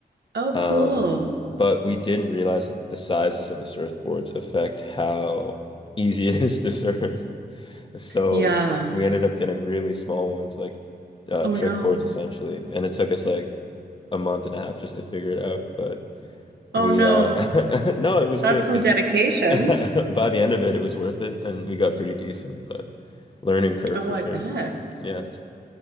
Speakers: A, on the right; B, on the left.
A: Oh,
B: Um,
A: cool.
B: but we didn't realize that the sizes of the surfboards affect how easy <laughs> it is to surf. So
A: Yeah.
B: we ended up getting really small ones, like uh,
A: Oh
B: trick
A: no.
B: boards essentially, and it took us like a month and a half just to figure it out. But we
A: Oh no.
B: uh, <laughs> no, it was
A: That's
B: good because.
A: some dedication.
B: <laughs> By the end of it, it was worth it, and we got pretty decent, but learning curve
A: Oh,
B: for sure.
A: I bet.
B: Yeah.